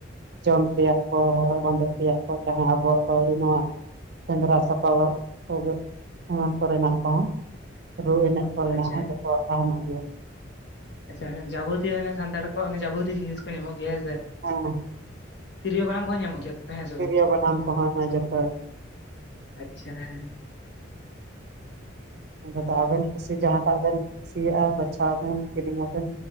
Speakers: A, on the right; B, on the left.
A: ᱡᱚᱢ ᱛᱮᱭᱟᱜ ᱠᱚ ᱦᱚᱨᱚᱜ ᱵᱟᱸᱫᱮ ᱛᱮᱭᱟᱜ ᱠᱚ ᱡᱟᱦᱟᱸ ᱟᱵᱚᱣᱟᱜ ᱯᱟᱣᱲᱤ ᱢᱟ ᱥᱮᱸᱫᱽᱨᱟ ᱥᱟᱯᱟᱟᱣ ᱠᱚᱜᱮ ᱮᱢᱟᱱ ᱠᱚᱨᱮᱱᱟᱜ ᱠᱚᱦᱚᱸ ᱨᱩ ᱮᱱᱮᱡ ᱠᱚᱨᱮᱱᱟᱜ
B: ᱟᱪᱪᱷᱟ
A: ᱦᱚᱸ
B: ᱦᱮᱸ
A: ᱡᱚᱛᱚᱣᱟᱜ ᱛᱟᱦᱮᱱᱚᱜ ᱜᱮᱭᱟ᱾
B: ᱟᱪᱪᱷᱟ ᱡᱟᱵᱚᱛᱤᱭ ᱥᱟᱱᱛᱟᱲ ᱠᱚᱣᱟᱜ ᱡᱟᱵᱚᱛᱤᱭ ᱡᱤᱱᱤᱥ ᱠᱚ ᱧᱟᱢᱚᱜ ᱜᱮᱭᱟ ᱦᱮᱸ ᱥᱮ᱾
A: ᱦᱚᱸ
B: ᱛᱤᱨᱭᱳ ᱵᱟᱱᱟᱢ ᱠᱚ ᱦᱚᱸ ᱧᱟᱢᱚᱜ ᱜᱮᱭᱟ? ᱦᱮᱸ ᱥᱮ
A: ᱛᱤᱨᱭᱳ
B: ᱵᱟᱝ
A: ᱵᱟᱱᱟᱢ ᱠᱚᱦᱚᱸ ᱦᱮᱸ ᱡᱚᱛᱚ᱾
B: ᱟᱪᱪᱷᱟ ᱦᱮᱸ
A: ᱚᱱᱰᱮ ᱫᱚ ᱟᱵᱮᱱ ᱠᱩᱥᱤ ᱡᱟᱦᱟᱸᱴᱟᱜ ᱵᱮᱱ ᱠᱩᱥᱤᱭᱟᱜ-ᱟ ᱵᱟᱪᱷᱟᱣ ᱵᱮᱱ ᱠᱤᱨᱤᱧᱟᱵᱮᱱ᱾